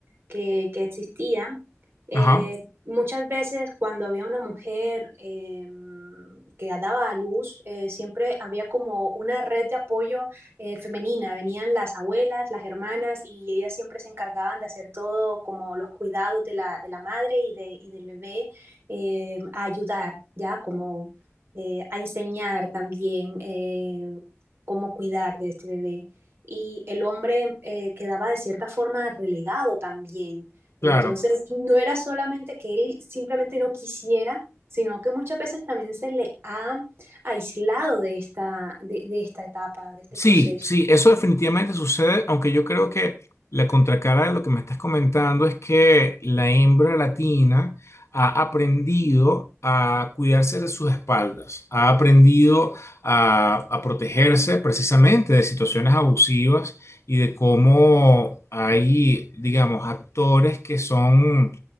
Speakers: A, on the right (about 55°); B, on the left (about 75°).
A: que, que existía. eh,
B: Ajá,
A: muchas veces cuando había una mujer eh, que daba a luz, eh, siempre había como una red de apoyo eh, femenina. Venían las abuelas, las hermanas y ellas siempre se encargaban de hacer todo como los cuidados de la, de la madre y, de, y del bebé, eh, a ayudar, ¿ya? Como eh, a enseñar también eh, cómo cuidar de este bebé. Y el hombre eh, quedaba de cierta forma relegado también
B: claro.
A: entonces, no era solamente que él simplemente no quisiera, sino que muchas veces también se le ha aislado de esta, de, de esta etapa, de este
B: Sí,
A: proceso.
B: sí, eso definitivamente sucede, aunque yo creo que la contracara de lo que me estás comentando es que la hembra latina ha aprendido a cuidarse de sus espaldas, ha aprendido a, a protegerse precisamente de situaciones abusivas y de cómo hay, digamos, actores que son